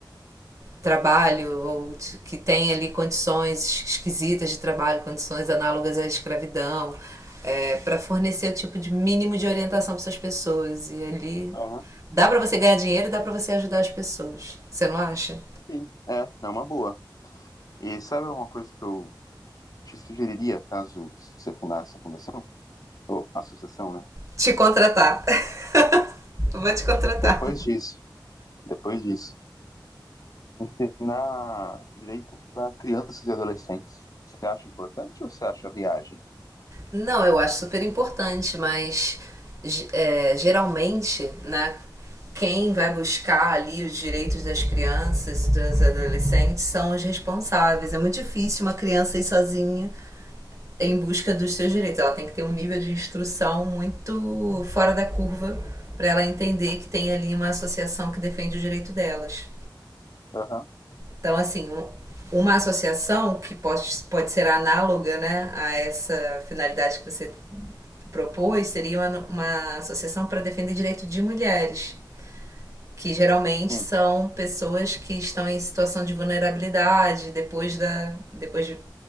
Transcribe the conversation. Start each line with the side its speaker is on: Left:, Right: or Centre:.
Right: trabalho ou de, que tem ali condições esquisitas de trabalho, condições análogas à escravidão, é, para fornecer o tipo de mínimo de orientação para essas pessoas. E ali
Left: aham.
Right: dá para você ganhar dinheiro e dá para você ajudar as pessoas. Você não acha?
Left: Sim. É, é uma boa. E sabe uma coisa que eu te sugeriria, caso você fundasse a fundação, ou associação, né?
Right: Te contratar. <laughs> Vou te contratar.
Left: Depois disso, depois disso, ensinar direito para crianças e adolescentes. Você acha importante ou você acha viagem?
Right: Não, eu acho super importante, mas ge- é, geralmente, né, quem vai buscar ali os direitos das crianças, dos adolescentes, são os responsáveis. É muito difícil uma criança ir sozinha em busca dos seus direitos. Ela tem que ter um nível de instrução muito fora da curva para ela entender que tem ali uma associação que defende o direito delas.
Left: Aham,
Right: Então, assim, um, uma associação que pode, pode ser análoga né, a essa finalidade que você propôs seria uma, uma associação para defender direito de mulheres, que geralmente
Left: sim,
Right: são pessoas que estão em situação de vulnerabilidade depois, da, depois de